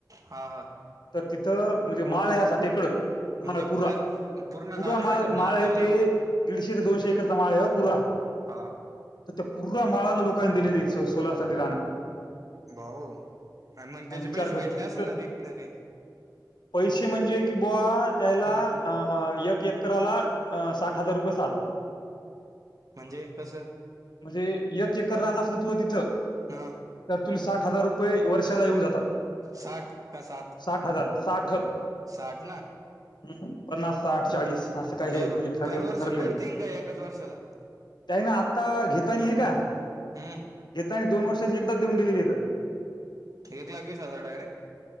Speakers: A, on the right (about 50°); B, on the left (about 75°).
A: हा हा
B: तर तिथं म्हणजे माळ य अस टेकड
A: म्हणजे
B: माळ पुरा,
A: पुऱ्या पूर्ण
B: पुरा
A: गावासाठी
B: माळ
A: प्लांट
B: माळ आहे
A: आला
B: ते
A: का तो
B: दीडशे ते दोनशे एकरचा माळ आहे व पुरा
A: हा
B: तर त्या पुूर्रा माळाला लोकांनी दिलेली सोलार साठी राहणं
A: भाऊ आणि
B: मग
A: त्याचे
B: विचार
A: पैसे
B: करतो
A: भेटले
B: इतकं
A: असेल ना काही ना काही
B: पैसे म्हणजे की बुवा त्याला
A: हम्म
B: अ य एकराला साठ हजार रुपये साल.
A: म्हणजे कसं
B: म्हणजे एक एकर रान असल तू तिथं
A: हा
B: तर तुला साठ हजार रुपये वर्षाला येऊन जातात.
A: साठ का साात
B: साठ हजार साठ
A: साठ ना
B: हम्म पन्नास साठ चाळीस असं काय
A: दर
B: हे म्हणजे ठर
A: दरवर्षी
B: ठरलेलं
A: पडतीन का एकाच वर्षाला
B: त्याही ना आता घेत हे का
A: हम्म
B: येतानी दोन वर्षाची एकदा देऊन दिलेली येत
A: एकलाख वीस हजार डायरेक्ट